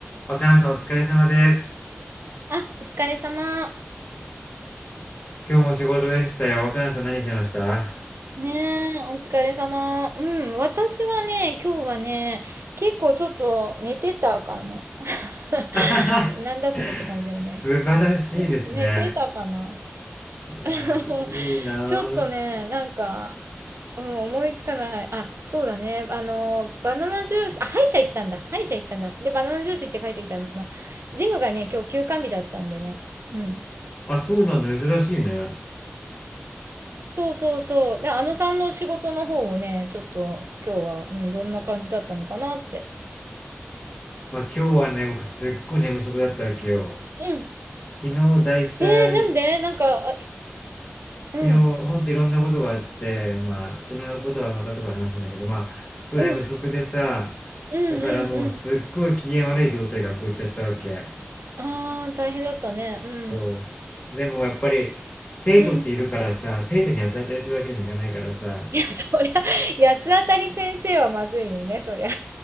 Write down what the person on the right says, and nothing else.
あ、お疲れ様。
ねえ、お疲れ様。うん、私はね、今日はね、結構ちょっと寝てたかも。
<laughs> なんだそれって感じだよね。
寝てたかな。
<laughs>
ちょっとね、なんか、うん、思いつかない。あ、そうだね。あの、バナナジュース、あ、歯医者行ったんだ。歯医者行ったんだ。で、バナナジュース行って帰ってきたの。ジムがね、今日休館日だったんでね。うん。
そうそうそう。で、あのさんの仕事の方をね、ちょっと今日は、うん、どんな感じだったのかなって。
うん。
えー、なんでなんか、あ、うん、
うん、うん、うん、
うん。あー、大変だったね。うん、
うん。
<laughs> いや、そりゃ、八つ当たり先生はまずいよね、そりゃ。